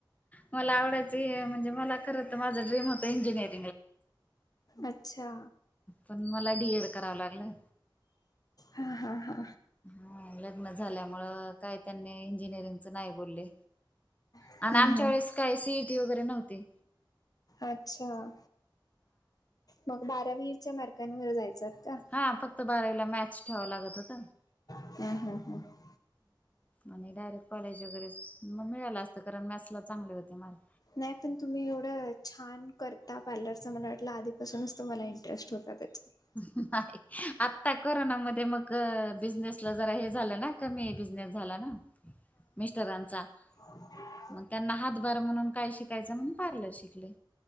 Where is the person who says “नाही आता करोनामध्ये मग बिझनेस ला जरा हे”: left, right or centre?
Left